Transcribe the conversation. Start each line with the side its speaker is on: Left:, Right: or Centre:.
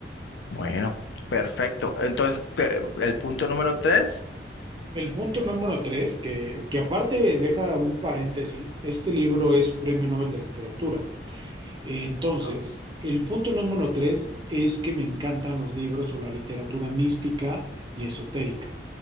Left: Bueno, perfecto. Entonces, pe- el punto número tres.
Right: El punto número tres, que, que aparte deja un paréntesis, este libro es Premio Nobel de Literatura. Entonces,
Left: Wow.
Right: el punto número tres es que me encantan los libros o la literatura mística y esotérica.